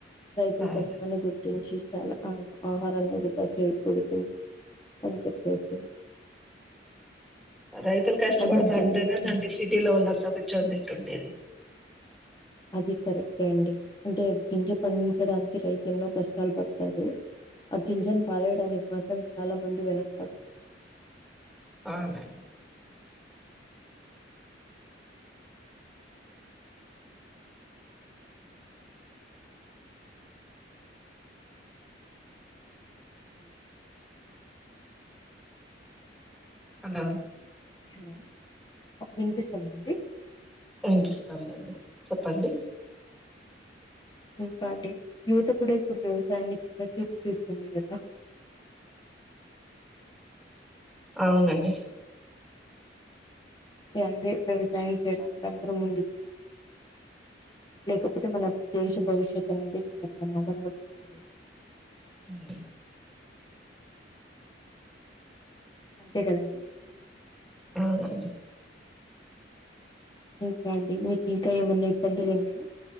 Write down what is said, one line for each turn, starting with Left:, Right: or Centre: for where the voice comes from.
Left: రైతుల
Centre: అవునండి
Left: కష్టాన్ని గుర్తించి చాలా ఆ ఆహారాన్ని వృధా చేయకూడదు పని చెప్పేసి
Centre: రైతులు కష్టపడతా
Left: ఆయన ఒక గిం
Centre: ఉంటేనే అండి సిటీలో వాళ్లంతా కూర్చొని తింటుండేది
Left: అది కరెక్టే అండి అంటే గింజ పండించడానికి రైతులు కష్టాలు పడతాడు ఆ గింజన్ పారేయడానికి మాత్రం చాలా మంది వెనకాడు
Centre: అవునండి
Left: అ
Centre: హలో
Left: హలో వినిపిస్తుందా అండి
Centre: వినిపిస్తుందండి చెప్పండి
Left: ఇంకా అండి యువత కూడా ఇప్పుడు వ్యవసాయాన్ని కింద చూపు చూస్తుంది కదా
Centre: అవునండి.
Left: వందే వ్యవసాయం చేయడానికి అందరూ ముందు లేకపోతే మన దేశ భవిష్యత్ అనేది చాలా ప్రమాదంలో పడుతుంది.
Centre: అ
Left: అంతే కదండి
Centre: ఔనండి
Left: ఇంకా అండి మీకు ఇంకా ఏమన్నా ఇబ్బందులు ఉన్నాయా